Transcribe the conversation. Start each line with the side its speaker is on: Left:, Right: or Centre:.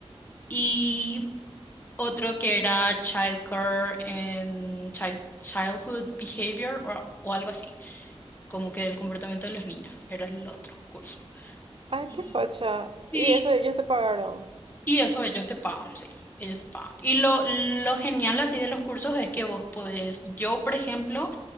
Left: Y otro que era Childcare and Child- Childhood Behavior o, o algo así, como que el comportamiento de los niños, era el otro curso.
Right: Ay,
Left: Y,
Right: qué facha.
Left: y,
Right: Y eso ellos te pagaron.
Left: y eso ellos te pagan, sí, ellos te pagan. Y lo, lo genial así de los cursos es que vos podés, yo por ejemplo,